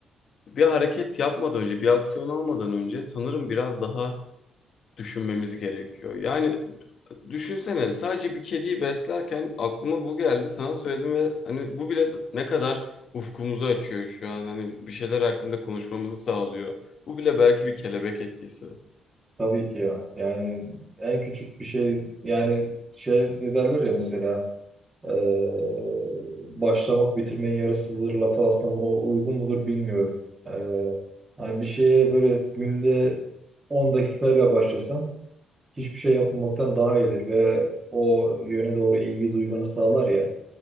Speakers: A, on the left; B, on the right.
A: bir hareket yapmadan önce, bir aksiyon almadan önce sanırım biraz daha düşünmemiz gerekiyor. Yani düşünsene sadece bir kediyi beslerken aklıma bu geldi sana söyledim ve hani bu bile ne kadar ufkumuzu açıyor şu an hani bir şeyler hakkında konuşmamızı sağlıyor. Bu bile belki bir kelebek etkisi.
B: Tabii ki ya. Yani en küçük bir şey yani şey de derler ya mesela eee, başlamak bitirmenin yarısıdır lafı aslında buna uygun mudur bilmiyorum. Eee hani bir şeye böyle günde 10 dakikayla başlasan hiçbir şey yapmamaktan daha iyidir ve o yöne doğru ilgi duymanı sağlar ya.